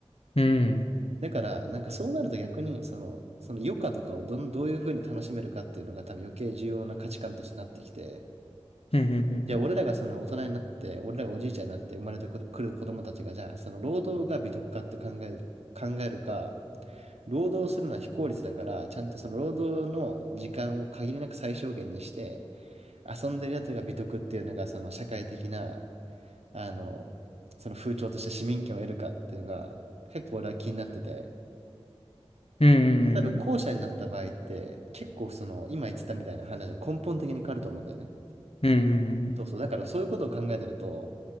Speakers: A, on the left (about 65°); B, on the right (about 80°).
A: うん
B: だから、なんかそうなると逆に、その、その余暇とかをどん、どういうふうに楽しめるかっていうのが多分余計重要な価値観としてなってきて、
A: うんうんうん
B: じゃあ俺らがその大人になって、俺らがおじいちゃんになって生まれてくる子供たちが、じゃあその労働が美徳かって考える、考えるか、労働するのは非効率だから、ちゃんとその労働の時間を限りなく最小限にして、遊んでるやつが美徳っていうのが、その社会的な、あの、その風潮として市民権を得るかっていうのが、結構俺は気になってて、
A: うんうんうん
B: 多分後者になった場合って、結構その、今言ってたみたいな話が根本的に変わると思うんだよね。
A: うんうんうんうんうんうんうんうんうん
B: そうそう。だからそういうことを考えてると、